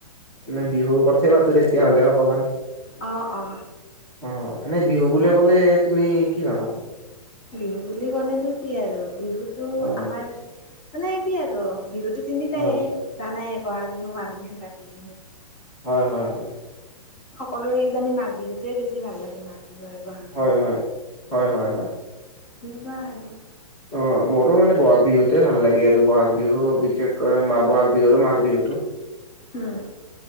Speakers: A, on the left (about 15°); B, on the left (about 40°).
A: নে বিহুৰ কথায়ে পাতো তেতিয়াহ'লে অকমান।
B: অ অ।
A: অ, এনে বিহু বুলি ক'লে তুমি কি ভাবা?
B: বিহু বুলি ক'লেনো কি আৰু বিহুতো
A: অ
B: আমাৰ মানে কি আৰু বিহুতো তিনিটাই
A: হয়
B: জানায় ব'হাগ বিহু, মাঘ বিহু, কাতি বিহু।
A: হয়, হয়, হয়।
B: সকলোৰে কিজানি মাঘ বিহুটোৱে বেছি ভাল লাগে, মাঘ বিহু আৰু বহাগ
A: হয়
B: বিহুতো।
A: হয়। হয় হয় হয়
B: কোৱা আৰু?
A: অ মোৰো মানে বহাগ বিহুতোৱে ভাল লাগে আৰু বহাগ বিহু বিশেষকৈ, মা' বহাগ বিহু আৰু মাঘ বিহুটো।
B: উম।